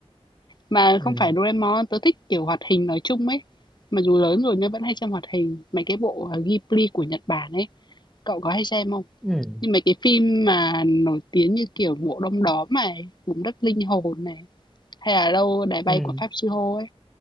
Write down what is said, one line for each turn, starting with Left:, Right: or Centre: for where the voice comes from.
Left: Mà
Centre: Ừ,
Left: không phải Doraemon, tớ thích kiểu hoạt hình nói chung ấy. Mà dù lớn rồi nhưng vẫn hay xem hoạt hình, mấy cái bộ ờ, Ghibli của Nhật Bản ấy. Cậu có hay xem không?
Centre: ừ,
Left: Nhưng mấy cái phim mà nổi tiếng như kiểu bộ Đông Đóm này, Vùng Đất Linh Hồn này, hay là Đâu Đài Bay
Centre: ừ.
Left: của Pháp Sư Hô ấy.